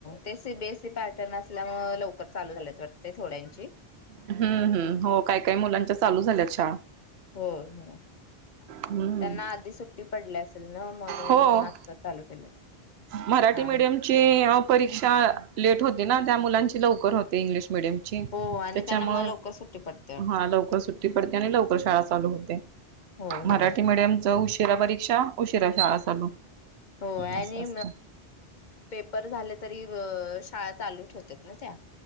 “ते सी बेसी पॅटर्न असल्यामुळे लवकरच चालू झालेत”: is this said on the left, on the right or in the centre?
Left